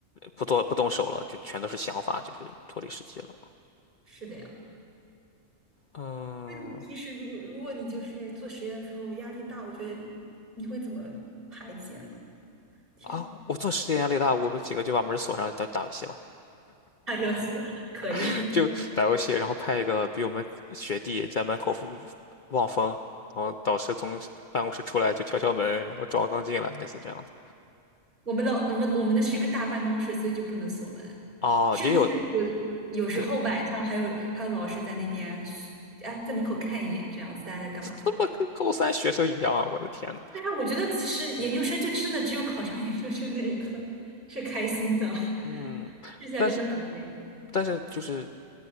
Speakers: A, on the left; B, on the right.
A: 不做不动手了，就全都是想法，就是脱离实际了。
B: 是的呀，
A: 嗯。
B: 那你平时如果如果你就是做实验的时候压力大，我觉得你会怎么排解呢？天，
A: 啊，我做实验压力大，我们几个就把门锁上打打游戏了，
B: 打游戏可以，
A: <laughs>
B: <laughs>
A: 就打游戏，然后派一个比我们学弟在门口望风，然后导师从办公室出来就敲敲门，然后装刚进来，类似这样的。
B: 我们老我们我们那是一个大办公室，所以就不能锁门，
A: 啊，
B: 甚至
A: 也有，
B: 有有时候晚上还有还有老师在那边嘘，
A: 对，
B: 哎，在门口看一眼，这样子大家在干嘛？
A: 这怎么跟高三学生一样啊？我的天呐。
B: 但是我觉得其实研究生就真的只有考上研究生那一刻是开心的，
A: 嗯，
B: 剩下真的很累。
A: 但是但是就是